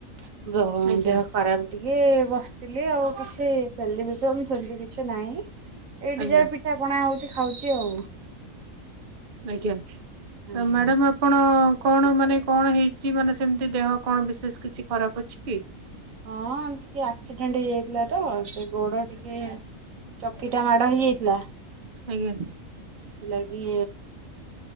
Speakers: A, on the right; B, on the right.
A: <unintelligible>
B: ଆଜ୍ଞା
A: ଦେହ ଖରାପ ଟିକେ ବସିଥିଲି ଆଉ କିଛି ସେଲିବ୍ରେସନ ସେମିତି କିଛି ନାହିଁ। ଏଇଠି
B: ଆଜ୍ଞା
A: ଯାହା ପିଠା ପଣା ହଉଛି ଖାଉଛି ଆଉ।
B: ଆଜ୍ଞା
A: ହଁ।
B: ମ୍ୟାଡ଼ାମ ଆପଣ କଣ ମାନେ କଣ ହେଇଛି ମାନେ ସେମିତି ଦେହ କଣ ବିଶେଷ କିଛି ଖରାପ ଅଛି କି?
A: ହଁ ଏମତି ଟିକେ ଆକ୍ସିଡେଣ୍ଟ ହେଇଯାଇଥିଲା ତ ସେ ଗୋଡ ଟିକେ ଚକି ଟା ମାଡ଼ ହେଇଯାଇଥିଲା ସେଥିଲାଗି
B: ଆଜ୍ଞା